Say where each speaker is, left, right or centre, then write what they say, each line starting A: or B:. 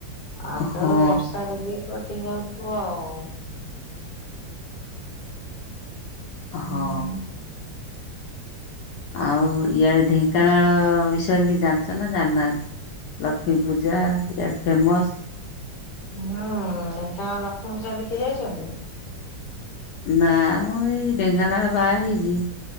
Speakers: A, on the left; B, on the left.
A: ଆଉ
B: ହଁ
A: ତ ବର୍ଷାରେ ବି କଟି ଯାଉଥୁବ ଆଉ ହୁଁ
B: ହଁ। ଆଉ ଇଆଡେ ଢେଙ୍କାନାଳ ବିଷୟରେ କିଛି ଜାଣିଚ ନା ଜାଣିନାହାନ୍ତି। ଲକ୍ଷ୍ମୀ ପୂଜା ଇଆଡେ ଫେମସ୍।
A: ହୁଁ ଢେଙ୍କାନାଳ ଲକ୍ଷ୍ମୀ ପୂଜା ଦେଖି ଯାଇଚନ୍ତି?
B: ନା ମୁଁ ଏଇ ଢେଙ୍କାନାଳ ବାହା ହେଇଚି